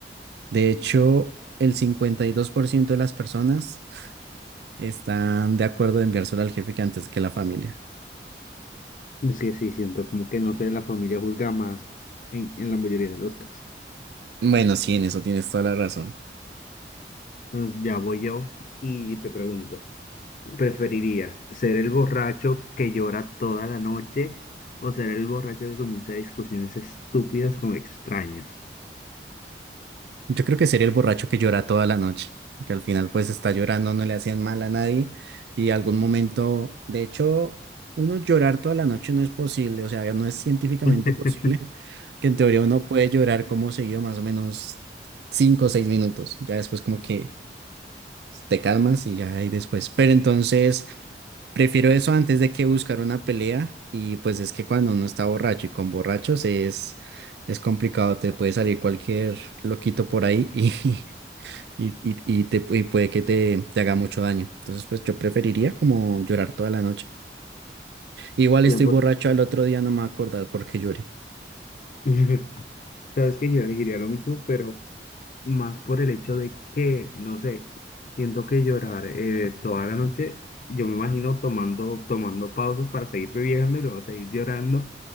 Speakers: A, on the right (about 70°); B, on the left (about 45°).
A: De hecho, el 52% de las personas están de acuerdo en enviárselo al jefe que antes que la familia.
B: Pues Sí, sí, siento como que no sé, la familia juzga más en, en la mayoría de los casos.
A: Bueno, sí, en eso tienes toda la razón.
B: Entonces, ya voy yo y te pregunto, ¿preferirías ser el borracho que llora toda la noche o ser el borracho que comienza discusiones estúpidas con extraños?
A: Yo creo que sería el borracho que llora toda la noche, que al final pues está llorando, no le hacían mal a nadie y algún momento, de hecho, uno llorar toda la noche no es posible, o sea, no es científicamente
B: <laughs>
A: posible, <laughs> que en teoría uno puede llorar como seguido más o menos cinco o seis minutos, ya después como que te calmas y ya ahí después, pero entonces prefiero eso antes de que buscar una pelea y pues es que cuando uno está borracho y con borrachos es... Es complicado, te puede salir cualquier loquito por ahí <laughs> y, y, y- y te, y puede que te, te haga mucho daño. Entonces, pues yo preferiría como llorar toda la noche. Igual
B: Tiempo.
A: estoy borracho al otro día, no me voy a acordar por qué lloré. <laughs>
B: <laughs> Sabes que yo elegiría lo mismo, pero más por el hecho de que, no sé, siento que llorar eh, toda la noche, yo me imagino tomando, tomando pausas para seguir bebiendo y luego seguir llorando.